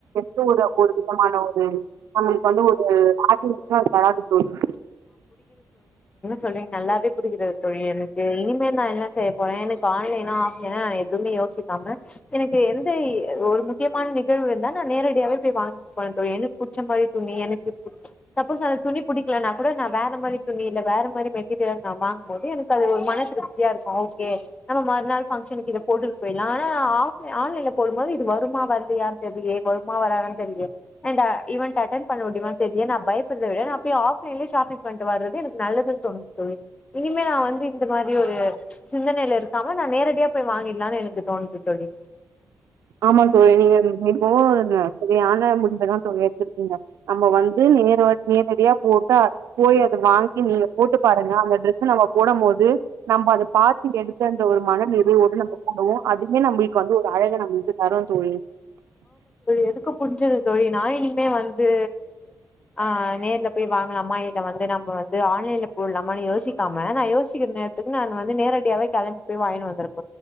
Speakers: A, on the right (about 80°); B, on the left (about 25°).
A: சூர ஒரு விதமான ஒரு நம்பளுக்கு வந்து ஒரு ஆச்சி வச்சா தளாண்டு போயிரு
B: சொல்றிங்க நல்லாவே புடிக்கிது தோழி எனக்கு இனிமேல் நான் என்ன செய்ய போற எனக்கு ஆன்லைனு ஆசையா தா எதுவுமே யோசிக்காம எனக்கு எந்த ஒரு முக்கியமான நிகழ்வு தா நான் நேரடியாவே போய் வாங் <unintelligible> எனக்கு புச்ச மாரி துணி எனக்கு சப்போஸ் அந்த துணி புடிக்கலனா கூட நான் வேற மாரி துணி இல்ல வேற மாரி மெட்டீரியல் நா வாங்கமோது எனக்கு அது ஒரு மன திருப்தியா இருக்கும் ஓகே நம்ம மறுநாள் பங்க்ஷனுக்கு இத போட்டுன்னு போயிடலாம் ஆனா ஆஃப் ஆன்லைன்ல போடமோது இது வருமா வரலயான்னு தெரிலயே வருமா வராதான்னு தெரிலியே அண்ட இவன்ட் அட்டென் பண்ணுவ இவன்ட்ட ஏனா பயப்படறது அப்பயு ஆஃப்லைன்லே ஷாப்பிங் பண்ணிட்டு வறது எனக்கு நல்லதுன்னு தோணுது தோழி இனிமே நான் வந்து இந்த மாரி ஒரு சிந்தனையில இருக்காம நா நேரடியா போய் வாங்கிடலான்னு எனக்கு தோணுது தோழி
A: ஆமா தோழி நீங்க இப்போ இந்த சரியான முடிவதா தோழி எடுத்துருக்கீங்க நம்ம வந்து நேர நேரடியா போட்டு போயி அத வாங்கி நீங்க போட்டு பாருங்க அந்த ட்ரெஸ் நம்ம போடமோது நம்ப அத பாத்து எடுத்தன்ற ஒரு மன நிறைவோடு நம்ம போடுவோம் அதுமே நம்பளுக்கு வந்து ஒரு அழக நம்ம ந் தரோ தோழி
B: எதுக்கு புஞ்சது தோழி நா இனிமே வந்து ஆ நேர்ல போய் வாங்கலாமா இல்ல வந்து நம்ம வந்து ஆன்லைன்ல போடலாமனு யோசிக்காம நா யோசிக்கிற நேரத்துக்கு நா வந்து நேரடியாவே கெளம்பி போய் வாங்கினு வந்திரு